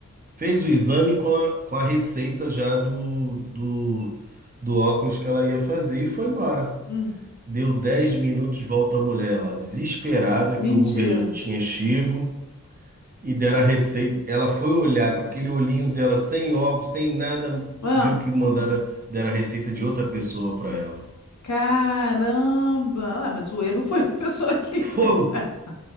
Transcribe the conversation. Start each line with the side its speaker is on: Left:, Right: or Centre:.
Right: Fez o exame com a, com a receita já do, do, do óculos que ela ia fazer e foi embora.
Left: Hum,
Right: Deu 10 minutos, volta a mulher lá, desesperada,
Left: mentira.
Right: que o Uber já tinha chego e deram a receita. Ela foi olhar com aquele olhinho dela, sem óculos, sem nada,
Left: Ah.
Right: viu que mandaram, deram a receita de outra pessoa para ela.
Left: Caramba! Ah, mas o erro foi da pessoa que tem.
Right: Foi
Left: <laughs>